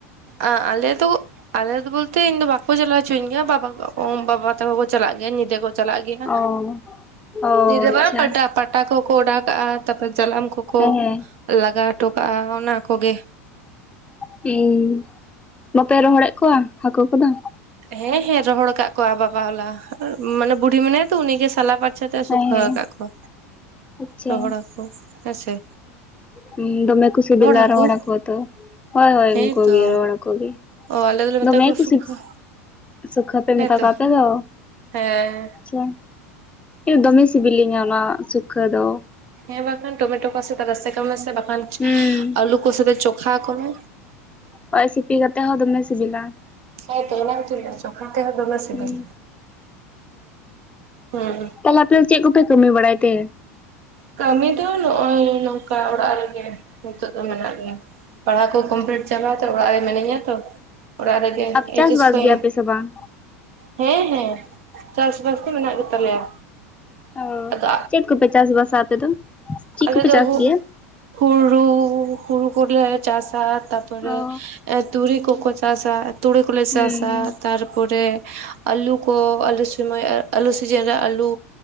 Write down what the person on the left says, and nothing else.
ᱚ ᱚ
ᱟᱪᱪᱷᱟ
ᱦᱮᱸ ᱦᱮᱸ
ᱦᱮᱸ ᱵᱟᱯᱮ ᱨᱚᱦᱚᱲᱮᱜ ᱠᱚᱣᱟ ᱦᱟᱹᱠᱳ ᱠᱚᱫᱚ
ᱦᱮᱸ
ᱦᱮᱸ
ᱟᱪᱪᱷᱟ
ᱦᱩᱸ ᱫᱚᱢᱮ ᱠᱷᱩ ᱥᱤᱵᱤᱞᱟ
ᱨᱚᱦᱚᱲ ᱦᱟᱠᱳ ᱩᱛᱩ ᱦᱳᱭ ᱦᱳᱭ
ᱩᱱᱠᱩ ᱜᱮ ᱨᱚᱦᱛᱲ ᱦᱟᱠᱳ ᱜᱮ
ᱫᱚᱢᱮ
ᱠᱩᱥᱤ
ᱥᱩᱠᱷᱟᱹ ᱯᱮ
ᱢᱮᱛᱟ ᱠᱚᱣᱟ ᱟᱯᱮ ᱫᱚ
ᱟᱪᱷᱟ ᱤ ᱫᱚᱢᱮ ᱥᱤᱵᱤᱞᱤᱧᱟ ᱚᱱᱟ ᱥᱩᱠᱷᱟᱹ ᱫᱚ
ᱦᱩᱸ
ᱦᱳᱭ ᱥᱤᱯᱤ ᱠᱟᱛᱮᱜ ᱦᱚᱸ ᱫᱚᱢᱮ ᱥᱤᱵᱤᱞᱟ᱾
ᱦᱩᱸ
ᱛᱟᱦᱚᱞᱮ ᱟᱯᱮ ᱪᱮᱜ ᱠᱚᱯᱮ ᱠᱟᱹᱢᱤ ᱵᱟᱲᱟᱭ ᱛᱮ?
ᱟᱯ
ᱪᱟᱥ
ᱵᱟᱥ
ᱜᱮᱭᱟᱯᱮ ᱥᱮ ᱵᱟᱝ
ᱚ
ᱪᱮᱫ ᱠᱚᱯᱮ ᱪᱟᱥᱵᱥᱟ ᱟᱯᱮ ᱫᱚ? ᱪᱮᱫ
ᱠᱚᱯᱮ
ᱪᱟᱥ
ᱜᱮᱭᱟ
ᱚ
ᱦᱩᱸ ᱦᱩᱸ